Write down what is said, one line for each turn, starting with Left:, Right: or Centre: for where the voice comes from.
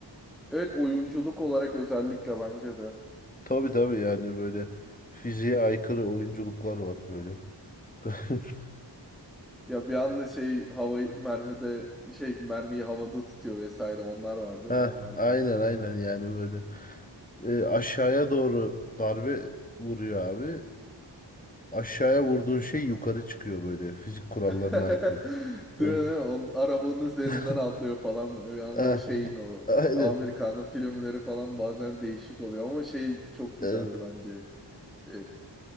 Centre: Evet oyunculuk olarak özellikle bence de.
Left: Tabii tabii yani böyle fiziğe aykırı oyunculuklar var böyle. <laughs>
Centre: Ya bir anda şey havayı mermide şey mermiyi havada tutuyor vesaire onlar var değil
Left: Ha,
Centre: mi? Onlar
Left: aynen
Centre: biraz sıkıntı.
Left: aynen yani böyle. E, aşağıya doğru darbe vuruyor abi. Aşağıya vurduğun şey yukarı çıkıyor böyle fizik kurallarına
Centre: <laughs>
Left: aykırı.
Centre: Değil mi?
Left: Ve-
Centre: değil mi? On, arabanın üzerinden
Left: <laughs>
Centre: atlıyor falan böyle. Bir anda
Left: Ah,
Centre: şeyin o
Left: aynen.
Centre: e, Amerika'nın filmleri falan bazen değişik oluyor ama şey çok güzeldi
Left: Evet.
Centre: bence. Ee,